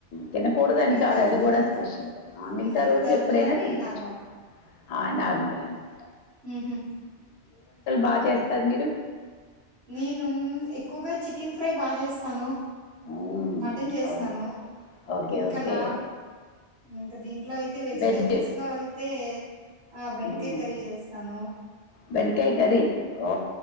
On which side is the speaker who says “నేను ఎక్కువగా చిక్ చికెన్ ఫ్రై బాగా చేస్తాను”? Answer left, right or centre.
Right